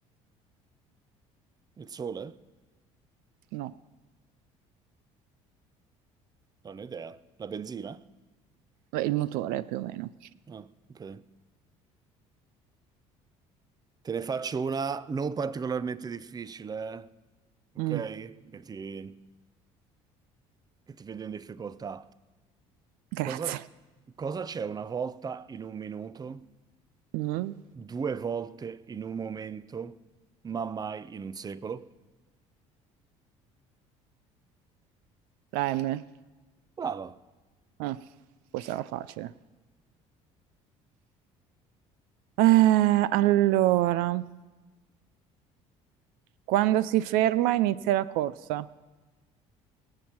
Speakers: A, on the right; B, on the right.
A: il sole?
B: No,
A: Non ho idea. La benzina?
B: Beh, il motore più o meno.
A: Ah, ok. Te ne faccio una non particolarmente difficile, eh.
B: Mm,
A: Ok? Che ti, che ti vedo in difficoltà.
B: grazie.
A: Cosa cosa c'è una volta in un minuto,
B: Mhm.
A: due volte in un momento, ma mai in un secolo?
B: La M.
A: Brava.
B: Ah, questa era facile. Eh, allora, quando si ferma inizia la corsa.